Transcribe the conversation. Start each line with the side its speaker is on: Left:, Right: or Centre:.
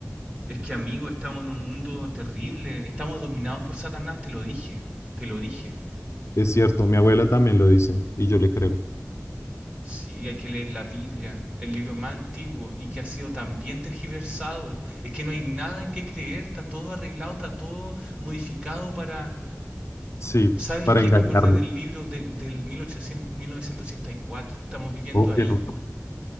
Right: Es que, amigo, estamos en un mundo terrible. Estamos dominados por Satanás, te lo dije. Te lo dije.
Left: Es cierto, mi abuela también lo dice y yo le creo.
Right: Sí, hay que leer la Biblia, el libro más antiguo y que ha sido tan bien tergiversado. Es que no hay nada en qué creer, está todo arreglado, está todo modificado para...
Left: Sí,
Right: ¿Sabes
Left: para
Right: qué?
Left: engañarme.
Right: Me acordé del libro del, del mil ochocientos, mil novecientos ochenta y cuatro? estamos viviendo
Left: Oh,
Right: ahí.
Left: bien, ok.